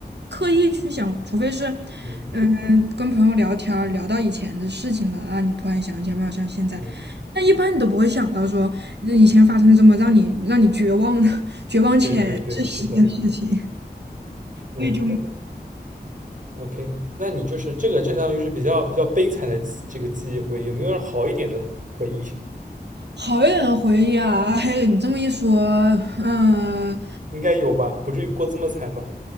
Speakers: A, on the right; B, on the right.
A: 刻意去想，除非是，
B: 嗯
A: 嗯，跟朋友聊天儿聊到以前的事情了啊，你突然想起来，没有像现在，
B: 嗯。
A: 但一般你都不会想到说呃以前发生这么让你让你绝望的 <laughs> 绝望且窒息的事情，
B: 对对对，是的，嗯，
A: 所以就
B: 那 OK，那你就是这个，这相当于是比较比较悲惨的这个记忆回忆，有没有好一点的 <laughs> 回忆？
A: 好一点的回忆啊。嘿，你这么一说，嗯、
B: 应该有吧，不至于过这么惨吧？